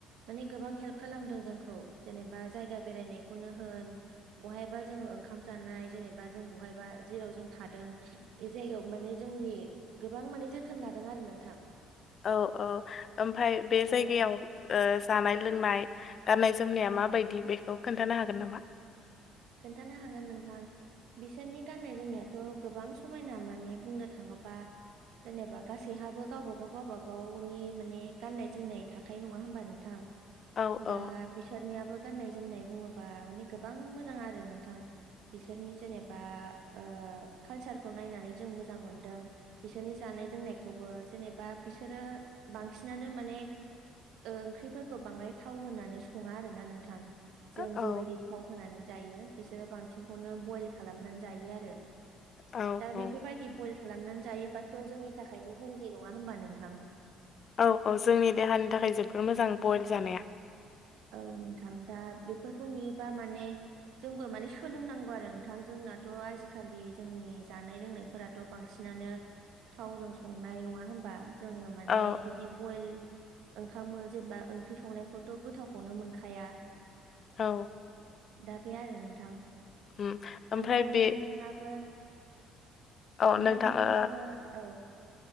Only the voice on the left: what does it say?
औ औ ओमफाय बे
जायगायाव जानाय लोंनाय गाननाय जोमनाया माबायदि
बेखौ खोन्थानो हागोन नामा
औ औ
औ
औ
औ
औ औ जोंनि देहानि थाखाय जोबोर मोजां बइल जानाया
औ
औ
उम ओमफ्राय
बे
औ
नोंथां
ओ